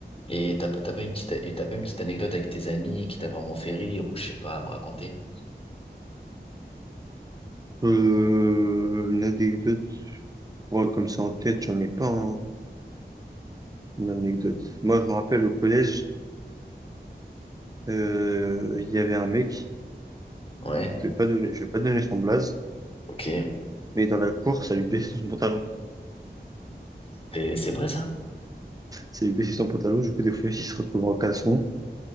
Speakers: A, on the left (about 30°); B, on the right (about 20°).
A: Et t'as, pas- t'as pas une petite, et t'as pas une petite anecdote avec tes amis qui t'a vraiment fait rire ou je sais pas à me raconter?
B: Euh, une anecdote, ouais, comme ça en tête, j'en ai pas, hein. une anecdote. Moi, je me rappelle au collège, euh, il y avait un mec,
A: Ouais,
B: je vais pas donner, je vais pas donner son blaze,
A: ok.
B: mais dans la cour, ça lui baissait son pantalon.
A: Et c'est vrai ça?
B: Ça lui baissait son pantalon, du coup, des fois, il se retrouvait en caleçon.